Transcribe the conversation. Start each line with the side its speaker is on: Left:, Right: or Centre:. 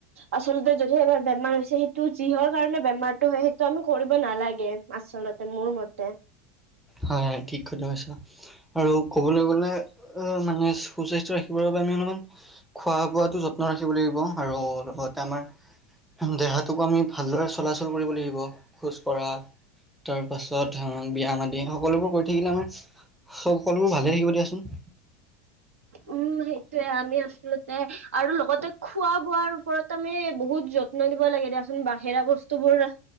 Right: আচলতে যদিহে এবাৰ বেমাৰ হৈছে সেইটো যিহৰ কাৰণে বেমাৰটো হয় সেইটো আমি কৰিব নালাগে। আচলতে মোৰ মতে।
Centre: হয় হয় ঠিক কথা কৈছা। আৰু ক'বলৈ গ'লে মানে সুস্বাস্থ্য ৰাখিবৰ বাবে আমি অলপমান খোৱা বোৱাটো যত্ন ৰাখিব লাগিব আৰু লগতে আমাৰ দেহাটোকো আমি ভালদৰে চলাচল কৰিব লাগিব। খোজ কঢ়া তাৰপাছত বিয়াম আদি হওক সকলোবোৰ কৰি থাকিলে আমাৰ চব সকলোবোৰ ভালে থাকিব দিয়াচোন।
Right: উম, সেইটোয়ে আমি আচলত <unintelligible> আৰু লগতে খোৱা বোৱাৰ ওপৰত আমি বহুত যত্ন দিব লাগে দিয়াচোন বাহিৰা বছ <unintelligible>